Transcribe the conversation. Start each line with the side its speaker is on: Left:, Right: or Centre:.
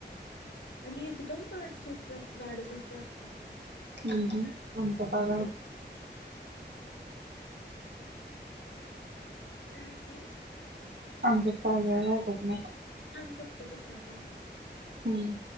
Left: आणि एकदम गाड झोप ला गाड झोप लागत्या.
Right: हम्म <unintelligible>
Left: काय म्हटलीस.
Right: आमच्यात काजळ घालत नाहीत‌.
Left: थाम करतो दुसरा कॉल.
Right: हम्म.